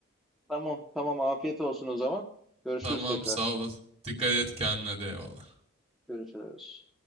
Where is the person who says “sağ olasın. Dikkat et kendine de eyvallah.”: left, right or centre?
Right